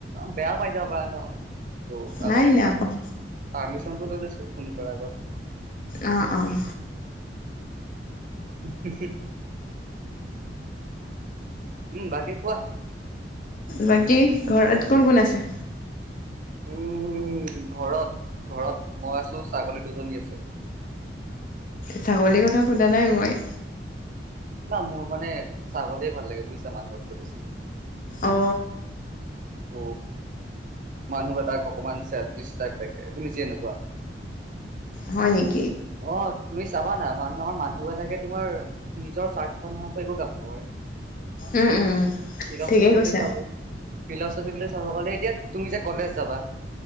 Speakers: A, on the right (about 45°); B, on the left (about 50°).
A: বেয়া পাই যাব প ন ত' আগতে
B: নাই নাই
A: প পাৰ্মিশনটো লৈ লৈছোঁ। ফোন কৰ আগত
B: অ', অ',
A: <unintelligible> উম, বাকী কোৱা?
B: বাকী ঘৰত কোন - কোন আছে?
A: উম ঘৰত ঘৰত মই আছো ছাগলী দুজনী আছে।
B: ছাগলীৰ কথা সোধা নাই মই।
A: না মোৰ মানে ছাগলীয়ে ভাল লাগে বুজিছা মানুহতকৈ বেছি।
B: অ
A: ত মানুহ এটাক অকমান চেলফিচ টাইপ থাকে তুমি যেনেকুৱা।
B: হয় নেকি?
A: অ তুমি চাবা না মানমাৰ মানুহবিলাকে তোমাৰ নিজৰ স্বাৰ্থ নোহোৱাকে একো কাম নকৰে।
B: উম উম।
A: ফিলোচফি
B: ঠিকেই
A: <unintelligible>
B: কৈছা
A: চাব, ফিলোচফিক লৈ চাব গ'লে, এতিয়া তুমি যে কলেজ যাবা